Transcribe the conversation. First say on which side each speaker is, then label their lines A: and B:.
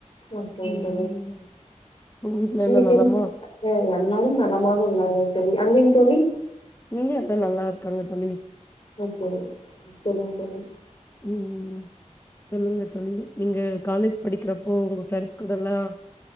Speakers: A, on the left; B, on the left.
A: ஓகேங்
B: ம்
A: தோழி
B: உங்க வீட்ல
A: இன்னைக்கு
B: எல்லா நலமா
A: என்ன எல்லாரும் நலமாக உள்ளார்கள் தோழி அங்கைங் தோழி
B: இங்கயு எல்லா நல்லா இருக்காங்க தோழி
A: ஓகே சரிங்க தோழி
B: ம் சொல்லுங்க தோழி நீங்க காலேஜ் படிக்கிறப்போ உங்க ஃப்ரெண்ட்ஸ் கூடெல்லா